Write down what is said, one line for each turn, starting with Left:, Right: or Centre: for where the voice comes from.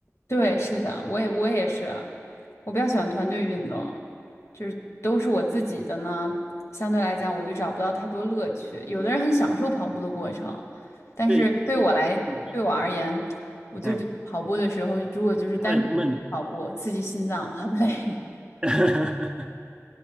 Left: 对，是的，我也我也是，我比较喜欢团队运动，就是都是我自己的呢，相对来讲我就找不到太多乐趣。有的人很享受跑步的过程，但是对我来，
Right: 对，嗯
Left: 对我而言，我就觉得跑步的时候，
Right: 啊，
Left: 如果就是单纯跑步，
Right: 太闷了。
Left: 刺激心脏很累。<laughs>
Right: <laughs>